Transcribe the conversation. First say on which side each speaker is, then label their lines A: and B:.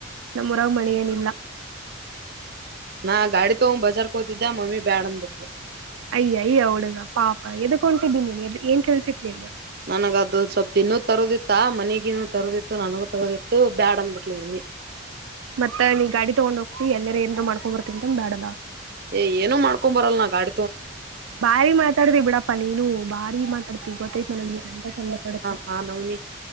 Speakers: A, on the right (about 85°); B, on the right (about 50°).
A: ನಮ್ಮ್ ರಾಗ ಮಳೆ ಏನಿಲ್ಲ
B: ನಾ ಗಾಡಿ ತಗೊಂಡ್ ಬಜಾರ್ಕ್ ಹೋತಿದ್ದ್ ಮಮ್ಮಿ ಬ್ಯಾಡ ಅನ್ಬಿಟ್ಲು
A: ಅಯ್ಯ ಅಯ್ಯ ಹುಡುಗ ಪಾಪ ಎದಕ ಹೊಂಟಿದ್ದೀನಿನ್ದ ಏನ್ ಕೆಲ್ಸಿತ್ ನಿದ
B: ನನಗ ಅದು ಸ್ವಲ್ ಇನ್ನುೂ ತರೋದಿತ್ತ ಮನಿಗಿನ್ನುೂ ತರೋದಿತ್ತು ನನಗೂ ತರೋದಿತ್ತು ಬ್ಯಾಡ ಅಂದಬಿಟ್ಲು ಮಮ್ಮಿ
A: ಮತ್ತ ನೀ ಗಾಡಿ ತೊಗೊಂಡ್ ಹೋಗ್ತಿ ಎಲ್ಲಾರ ಏನ್ರ ಮಾಡ್ಕೊಂಡ ಬರ್ತ ಅಂದ ಬೇಡಲ್ಲ
B: ಏ ಏನು ಮಾಡ್ಕೊ ಬರಲ್ಲ ನಾ ಗಾಡ
A: ಬಾರಿ ಮಾತಾಡ್ತಿ ಬಿಡಪ್ಪ ನೀನು ಭಾರಿ ಮಾತಾಡ್ತಿ ಗೊತ್ತತ ನನ್ಗೆ ಎಂತ ಚಂದ ಮಾತಾಡ್ತ
B: ಹಾ ನೌನ